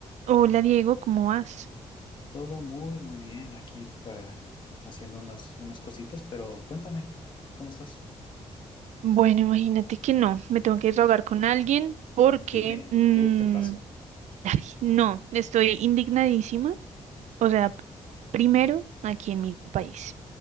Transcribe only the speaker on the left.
Todo muy, muy bien aquí pa- haciendo unas, unas cositas, pero cuéntame, ¿cómo estás?
Dime,
¿qué te pasó?